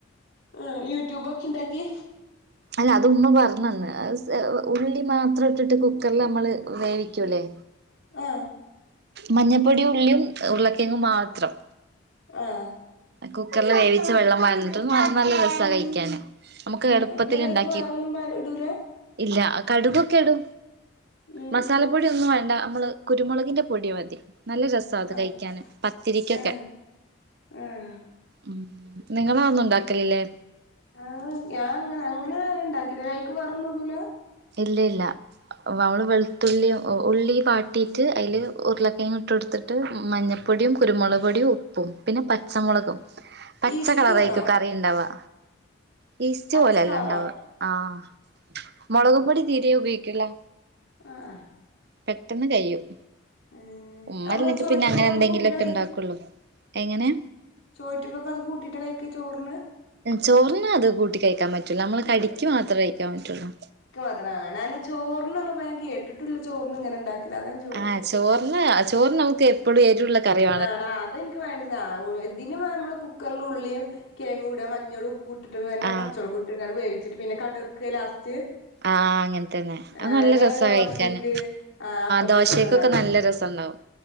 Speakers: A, on the left; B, on the right.
A: ആഹ് യൂട്യൂബൊക്കി ഇണ്ടാക്കി?
B: അല്ല അത് ഉമ്മ പറഞ്ഞെന്ന് ഉള്ളി മാത്രം ഇട്ട്ട്ട് കുക്കറ്ല് നമ്മള് വേവിക്കൂലേ
A: ആഹ്
B: മഞ്ഞപ്പൊടിം ഉള്ളീം ഉർളക്കേങ്ങും മാത്രം
A: ആഹ്
B: കുക്കറ്ല് വേവിച്ച് വെള്ളം പാറ്ന്ന്ട്ട് അത് നല്ല രസാ കഴിക്കാന് നമുക്ക് എള്പ്പത്തില്
A: ആഹ് എന്നിട്ട് അയിക്ക്
B: ഇണ്ടാക്കി
A: വേറൊന്നും പാ ഇടൂല
B: ഇല്ല കടുക് കടു
A: ഉം
B: മസാലപ്പൊടി
A: ഉം
B: ഒന്നും വേണ്ട നമ്മള് കുരുമുളകിന്റെ പൊടി മതി നല്ല രസമാ അത്
A: ആഹ്
B: കഴിക്കാൻ പത്തിരിക്കൊക്കെ
A: ആഹ് ആഹ്
B: ഉം നിങ്ങള ഒന്നും ഉണ്ടാക്കലില്ലേ
A: ആഹ് ഞാൻ അങ്ങനെ അങ്ങനെ ഇണ്ടാക്കാടിലായിക്ക് വേറൊന്നിടൂല്ല
B: ഇല്ല ഇല്ല അവള് വെളുത്തുള്ളി ഉള്ളി വാട്ടിട്ട് അതില് ഉരുളക്കിഴങ്ങ് ഇട്ട്കൊടു കൊടുത്തിട്ട് മഞ്ഞൾപ്പൊടിയും കുരുമുളക് പൊടിയും ഉപ്പും പിന്നെ പച്ചമുളകും പച്ച
A: ഈസ്റ്റു
B: കളറായിക്കും
A: ആണോ
B: കറി ഉണ്ടാവുക പേസ്റ്റ്
A: പച്ച
B: പോലെ അല്ലാ
A: കളറോ
B: ഇണ്ടാവുക ആഹ് മുളക് പൊടി തീരെ ഉപയോഗിക്കില്ല
A: ആഹ്ആഹ്
B: പെട്ടെന്ന് കഴിയും
A: ഏഹ്
B: ഉമ്മ
A: അപ്പൊ
B: അല്ലെങ്കി
A: ചോറ്റ്ക്കൊക്കെ
B: പിന്നെ അങ്ങനെ
A: അത്
B: എന്തെങ്കിലുമൊക്കെ
A: കൂട്ടിട്ടാ
B: ഉണ്ടാക്കുള്ളൂ എങ്ങനെ
A: ചോറ്റുക്കൊക്കെ അത് കൂട്ടിട്ട് കഴിക്കുവോ ചോറിന്
B: ചോറിന് അത് കൂട്ടി കഴിക്കാൻ പറ്റൂല്ല നമ്മള് കടിക്ക് മാത്രമേ കഴിക്കാൻ പറ്റുള്ളൂ
A: മാത്ര ഞാന് ചോറിനുള്ളപ്പം ഞാൻ കേട്ടിട്ടുള്ള ചോറിനും ഇങ്ങനെ ഉണ്ടാക്കില്ല അതാ ചോയിച്ചേ
B: ആഹ് ചോറിന് ചോറി നമുക്ക് എപ്പോഴും ഏരുവള്ള കറിയ-
A: ആഹ് ന അതെനിക്ക് വേണ്ടതാ പിന്നെ നമ്മള് കുക്കറിൽ ഉുള്ളിയും കേങ്ങും ഇട മഞ്ഞോൾ ഉപ്പ് ഇട്ട്ന്നെ
B: ആഹ്
A: പചൊല്ക്കിട്ട് വേവിച്- ച്ചിട്ട് പിന്നെ കടറക്കുക ലാസ്റ്റ്
B: ആഹ് അങ്ങനെ തന്നെ അത്
A: ആഹ്
B: നല്ല
A: ഞങ്ങത്
B: രസാ
A: ദോശക്ക്
B: കഴിക്കാന്
A: ആഹ് അപ്പത്തക്കൊക്കെ
B: ദോശക്കൊക്കെ
A: ണ്ടാക്കും
B: നല്ല രസണ്ടാവും